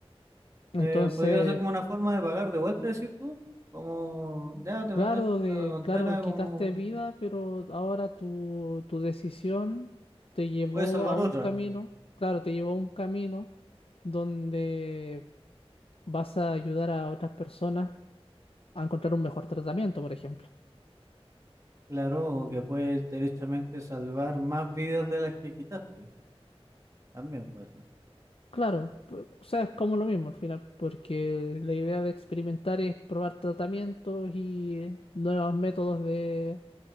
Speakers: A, on the left; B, on the right.
A: Entonces,
B: Eh, podría ser como una forma de pagar de vuelta, decir tú, como ya te
A: claro,
B: mandé esta
A: de,
B: tontera,
A: claro,
B: como
A: quitaste vida, pero ahora tu, tu decisión te llevó
B: puedes salvar
A: a un
B: otra.
A: camino, claro, te llevó a un camino donde vas a ayudar a otras personas a encontrar un mejor tratamiento, por ejemplo.
B: Claro, o que puedes derechamente salvar más vidas de las que quitaste. También puede ser.
A: Claro, por- o sea, es como lo mismo al final, porque la idea de experimentar es probar tratamientos y eh, nuevos métodos de